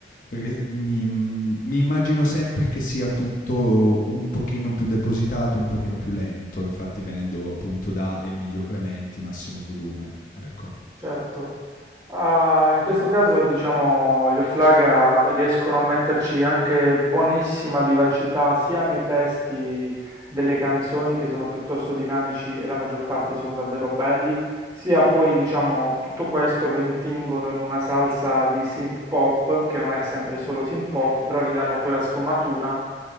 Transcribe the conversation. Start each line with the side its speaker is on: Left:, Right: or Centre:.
Left: re mi mhmm, mi immagino sempre che sia tutto un pochino più depositato, un pochino più lento, infatti venendo appunto da Emilio Clementi, Massimo Volume, ecco.
Right: certo. Ah, in questo caso, diciamo, gli Offlaga riescono a metterci anche buonissima vivacità sia nei testi delle canzoni che sono piuttosto dinamici e la maggior parte sono davvero belli, sia poi, diciamo, tutto questo lo intingono in una salsa di synth pop, che non è sempre solo synth pop, però gli danno quella sfumatura.